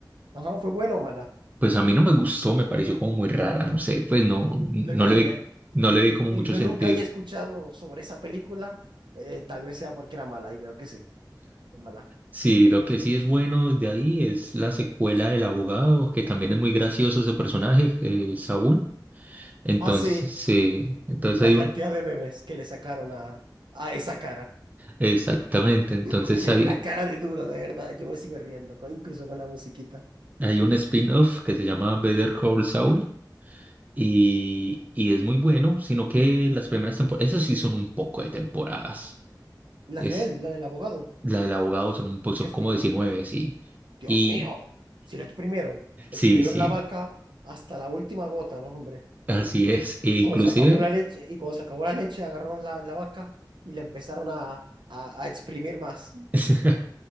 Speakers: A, on the right; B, on the right.
A: Ajá, ¿fue buena o mala?
B: Pues a mí no me gustó, me pareció como muy rara, no sé, pues no,
A: Mm,
B: no
A: Lo imaginé.
B: le vi,
A: Eh,
B: no le vi como
A: Eh,
B: mucho
A: yo
B: sentido.
A: nunca había escuchado sobre esa película. eh, tal vez sea porque era mala y veo que sí, fue mala.
B: Sí, lo que sí es bueno de ahí es la secuela del abogado, que también es muy gracioso ese personaje, eh, Saúl.
A: Mm.
B: Entonces,
A: Ah, sí,
B: sí, entonces
A: la
B: hay
A: cantidad
B: un,
A: de memes que le sacaron a, a esa cara.
B: exactamente, entonces
A: <laughs>
B: hay,
A: La cara de duro, de verdad. Yo me sigo riendo, con- incluso con la musiquita.
B: hay un spin-off que se llama Better Call Saul y, y es muy bueno, sino que las primeras temporadas, esas sí son un poco de temporadas.
A: La
B: Es,
A: de él, la del abogado.
B: la del abogado son un poco, son
A: Dios
B: como
A: mío,
B: 19 sí.
A: Dios
B: y
A: mío. Si lo exprimieron, exprimieron
B: Sí, sí,
A: la vaca hasta la última gota, ¿no, hombre?
B: así es. E
A: Y
B: inclusive,
A: cuando se acabó la leche, y cuando se acabó la leche, agarraron la, la vaca y la empezaron a, a, a exprimir más.
B: <laughs>